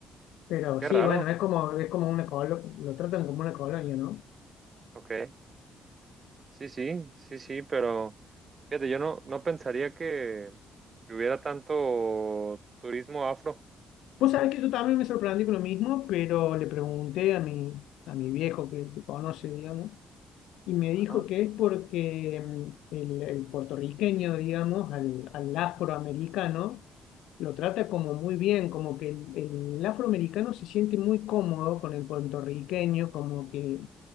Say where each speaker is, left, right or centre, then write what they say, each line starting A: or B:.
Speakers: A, on the left; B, on the right.
A: Pero
B: qué
A: sí,
B: raro.
A: bueno, es como, es como una colonia, lo tratan como una colonia, ¿no?
B: Ok. Sí, sí, sí, sí, pero fíjate, yo no, no pensaría que que hubiera tanto turismo afro.
A: Vos sabés que yo también me sorprendí con lo mismo, pero le pregunté a mi, a mi viejo que, que conoce, digamos, y me
B: Ajá,
A: dijo que es porque mm, el, el puertorriqueño, digamos, al, al afroamericano, lo trata como muy bien, como que el, el afroamericano se siente muy cómodo con el puertorriqueño, como que